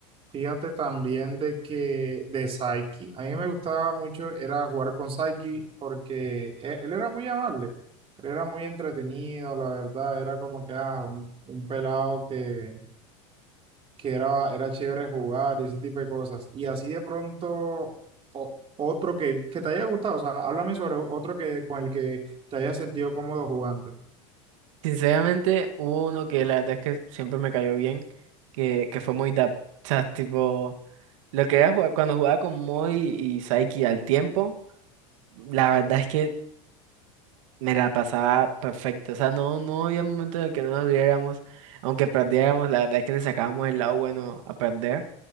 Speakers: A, on the right; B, on the right.
A: Fíjate también de que de Saiki, a mí me gustaba mucho era jugar con Saiki porque e- él, era muy amable, él era muy entretenido, la verdad, era como que ah, un, un pelado que, que era, era chévere jugar y ese tipo de cosas. Y así de pronto, o- otro que, que te haya gustado, o sea, háblame sobre otro que con el que te hayas sentido cómodo jugando.
B: Sinceramente, hubo uno que la verdad es que siempre me cayó bien, que, que fue muy O sea, tipo, lo que era jugar, cuando jugaba con Moy y Saiki al tiempo, la verdad es que me la pasaba perfecto. O sea, no, no había momento en el que no nos viéramos aunque perdiéramos, la verdad es que le sacábamos el lado bueno a perder.